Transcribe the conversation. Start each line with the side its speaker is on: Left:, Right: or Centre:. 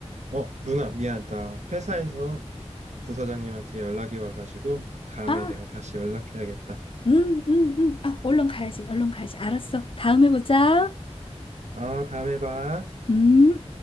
Right: 어, 누나, 미안. 나 회사에서 부서장님한테 연락이 와가지고, 다음에
Left: 아,
Right: 내가 다시 연락해야겠다.
Left: 음, 음, 음. 아, 얼른 가야지, 얼른 가야지. 알았어. 다음에 보자.
Right: 아, 다음에 봐.
Left: 음.